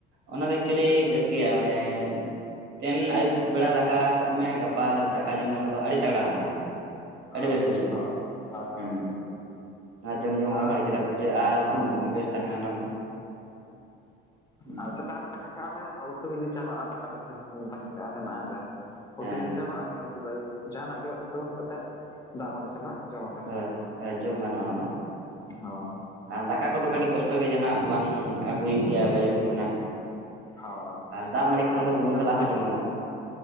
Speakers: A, on the right; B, on the left.
A: ᱚᱱᱟ ᱫᱚ ᱮᱠᱪᱚᱞᱤ ᱵᱮᱥ ᱜᱮᱭᱟ ᱢᱟᱱᱮ ᱛᱮᱦᱮᱱ ᱟᱹᱭᱩᱵ ᱵᱮᱲᱟ ᱫᱟᱠᱟ ᱠᱟᱜ ᱢᱮ ᱜᱟᱯᱟ ᱫᱟᱠᱟ ᱡᱚᱢ ᱢᱮ ᱚᱱᱟ ᱫᱚ ᱟᱹᱰᱤ ᱛᱟᱜᱲᱟ ᱦᱟᱲᱦᱟᱜ ᱫᱚᱜᱼᱟ᱾
B: ᱦᱳᱭ
A: ᱟᱹᱰᱤ ᱵᱮᱥ ᱵᱩᱡᱷᱟᱹᱜᱼᱟ
B: ᱦᱳᱭ ᱦᱳᱭ
A: ᱦᱩᱸ ᱚᱱᱟ ᱡᱚᱢ ᱡᱚᱝ
B: ᱟᱨ
A: ᱨᱮᱦᱚᱸ ᱟᱹᱰᱤ ᱪᱮᱦᱨᱟ ᱵᱩᱡᱷᱟᱹᱜᱼᱟ ᱟᱨ ᱦᱚᱲᱢᱚ
B: ᱦᱩᱸ
A: ᱠᱚᱦᱚᱸ ᱵᱮᱥ ᱛᱟᱦᱮᱱᱟ ᱚᱱᱟ ᱫᱚ᱾ ᱦᱩᱸ
B: ᱟᱨ ᱥᱮᱛᱟᱜ ᱨᱮ ᱫᱟᱠᱟ ᱠᱟᱜᱼᱟ ᱞᱮ ᱟᱨ ᱩᱛᱩ ᱡᱩᱫᱤ ᱪᱟᱵᱟᱜᱼᱟ ᱫᱟᱠᱟ ᱫᱚ ᱰᱷᱮᱨ ᱫᱟᱠᱟ ᱠᱟᱜᱼᱟ ᱠᱟᱜ ᱦᱮᱱᱟᱜᱼᱟ ᱥᱮ
A: ᱦᱮᱸ
B: ᱩᱛᱩ ᱡᱩᱫᱤ ᱪᱟᱵᱟᱜᱼᱟ ᱮᱱᱠᱷᱟᱱ ᱩᱛᱩ ᱫᱚ ᱟᱭᱩᱵ ᱡᱟᱦᱟᱸ ᱱᱟᱜ ᱜᱮ ᱩᱛᱩ ᱠᱟᱛᱮᱫ ᱫᱟᱜ ᱢᱟᱹᱰᱤ ᱥᱟᱞᱟᱜ ᱡᱚᱢᱟᱞᱮ
A: ᱦᱳᱭ ᱦᱳᱭ ᱡᱚᱢ ᱜᱟᱱᱚᱜᱼᱟ ᱚᱱᱟ ᱫᱚ
B: ᱦᱚ᱾
A: ᱟᱨ ᱫᱟᱠᱟ ᱠᱚᱫᱚ ᱠᱟᱹᱴᱤᱡ ᱠᱚᱥᱴᱚ ᱜᱮ ᱡᱟᱦᱟᱸᱱᱟᱜ ᱵᱟᱝ ᱟᱹᱜᱩᱭ ᱦᱩᱭᱩᱜ ᱜᱮᱭᱟ ᱵᱟᱡᱟᱨ ᱥᱮᱫ ᱠᱷᱚᱱᱟᱜ
B: ᱦᱳᱭ
A: ᱫᱟᱜ ᱢᱟᱹᱲᱤ
B: ᱟᱨ
A: ᱠᱷᱟᱱ
B: ᱟᱥᱚᱞ
A: ᱫᱚ ᱵᱩᱞᱩᱝ
B: ᱠᱟᱛᱷᱟ
A: ᱥᱟᱞᱟᱜ ᱦᱚᱸ ᱡᱚᱢ
B: ᱫᱚ
A: ᱜᱟᱱᱚᱜᱼᱟ